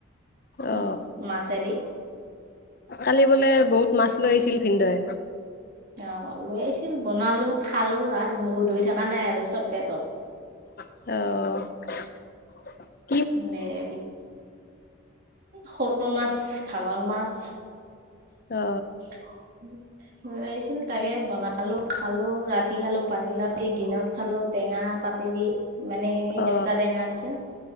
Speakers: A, on the right (about 45°); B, on the left (about 45°).
A: উম্
B: অ
A: মাছে দি।
B: কালি বোলে বহুত মাছ লৈ আহিছিল ভিনদেউয়ে।
A: অ লৈ আহিছিল বনালো খালো আৰু বহুত ধৰি থকা নাই আৰু চব পেটত।
B: অহ।
A: নে এ সৰু মাছ, ভাঙন মাছ।
B: অ।
A: <inaudible> লৈ আহিছিল তাকে বনালো খালো, ৰাতি খালো পানীলাও দি, দিনত খালো টেঙা পাতেদি। মানে এই
B: অ
A: মেষ্টা টেঙা আনিছিল